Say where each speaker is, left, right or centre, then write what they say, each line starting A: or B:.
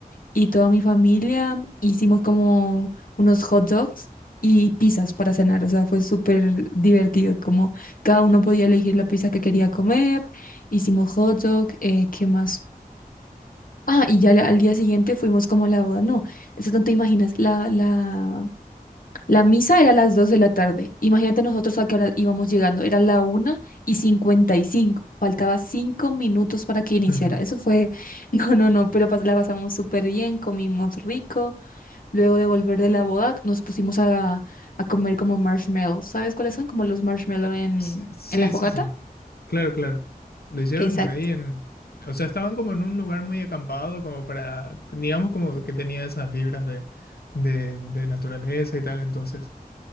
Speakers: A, on the left; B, on the left.
A: y toda mi familia hicimos como unos hot dogs y pizzas para cenar, o sea, fue súper divertido, como cada uno podía elegir la pizza que quería comer, hicimos hot dog, eh, ¿qué más? Ah, y ya la- al día siguiente fuimos como a la boda, no, eso no te imaginas, la, la, la misa era a las 2 de la tarde, imagínate nosotros a qué hora íbamos llegando, era la una y cincuenta y cinco faltaba 5 minutos para que iniciara,
B: Ujú, ujú.
A: eso fue, <laughs> no, no, no, pero pas- la pasamos súper bien, comimos rico. Luego de volver de la boda, nos pusimos a, a comer como marshmallows. ¿Sabes cuáles son? Como los marshmallows en,
B: Sí,
A: en la fogata.
B: sí, sí. Claro, claro. Lo hicieron
A: Exacto.
B: ahí en... O sea, estaban como en un lugar muy acampado, como para, digamos como que tenía esas vibras de, de, de naturaleza y tal, entonces.